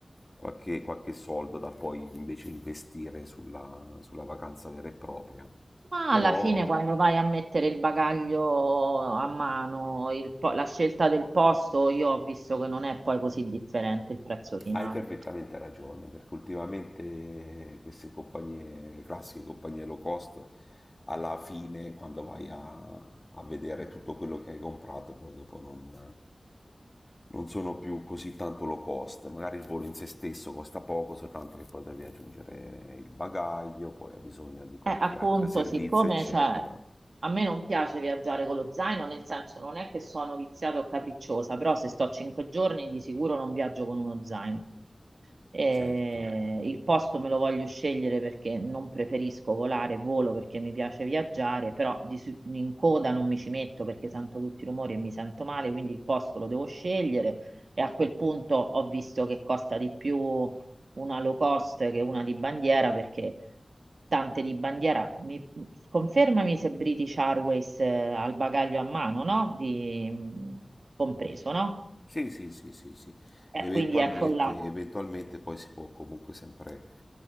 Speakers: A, on the left; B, on the right.
A: qualche, qualche soldo da poi invece investire sulla, sulla vacanza vera e propria.
B: Ma
A: Però
B: alla fine, quando vai a mettere il bagaglio a mano, il po- la scelta del posto, io ho visto che non è poi così differente il prezzo finale.
A: Hai perfettamente ragione, perché ultimamente queste compagnie, le classiche compagnie low cost, alla fine, quando vai a, a vedere tutto quello che hai comprato, poi dopo non, non sono più così tanto low cost. Magari il volo in se stesso costa poco, soltanto che poi devi aggiungere il bagaglio, poi hai bisogno di qualche
B: Eh, appunto,
A: altro servizio,
B: siccome
A: eccetera.
B: cioè, a me non piace viaggiare con lo zaino, nel senso non è che sono viziata o capricciosa, però se sto cinque giorni di sicuro non viaggio con uno zaino. Eh,
A: Certo.
B: il posto me lo voglio scegliere perché non preferisco volare, volo perché mi piace viaggiare, però di su- in coda non mi ci metto perché sento tutti i rumori e mi sento male, quindi il posto lo devo scegliere e a quel punto ho visto che costa di più una low cost che una di bandiera perché tante di bandiera, mi, confermami se British Airways eh, ha il bagaglio a mano, no? Di, mm, compreso, no?
A: Sì, sì, sì, sì, sì.
B: Eh,
A: Eventualmente,
B: quindi ecco là.
A: eventualmente poi si può comunque sempre